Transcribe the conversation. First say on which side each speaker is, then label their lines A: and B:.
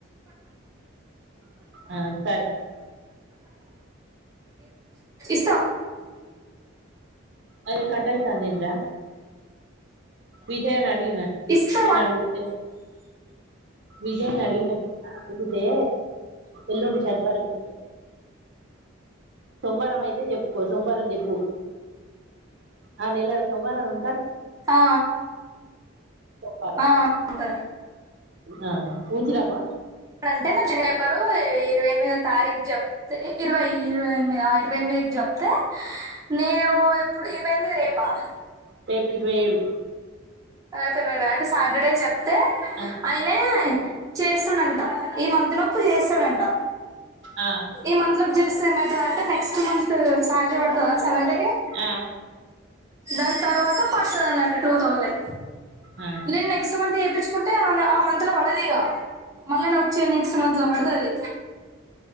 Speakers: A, on the right; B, on the right.
A: ఆ సరే
B: స్థా
A: అయ్య కట్యిత అందేంద్ర విజయ అడుగిన విజయ
B: ఇస్తావా
A: అడుగు విజయన్ అడిగిన అడుగితే ఎల్ోంటి శనివారంం సోమవారం అయితే చెప్పుకో సోమవారం చెప్పు ఆ నెలలు సోమవారం ఉ
B: ఆ
A: సోమవారం
B: ఆ ఉంట
A: ఆ ఊించరాపో
B: ఎప్పుడంటే నా జనబరు ఇరవై ఎనిమిదో తారీఖు చెప్తే ఇరవై ఇరవై ఎనిమిది ఇరవై ఎనిమిదికి చెప్తే నేను ఎప్పుడు ఇరవై ఎనిమిది రేపా
A: టేపు ఇరవై ఏడు
B: అ పరు <unintelligible> సాటర్డే చెప్ తె
A: ఆ
B: అయినే చేస్తుడాన్ ఈ మంత్ లోపు చేస్తాడంట
A: ఆ
B: ఈ మంత్ లోపు చేస్తే ఏమయితదంటె నెట్ నెక్స్ట్ మంత్ శాలరీ పడతదా సేవంటికి
A: ఆ
B: దాని తర్వాత పటుదన్నటు టూ తౌసండ్
A: ఆ ఆ
B: లే నెక్స్ట్ మంత్ చెపిచ్ కుంటే ఆ మంత్ లో పడదిగా మళ్ళీ వచ్చే నెక్స్ట్ మంత్ లో పడుతది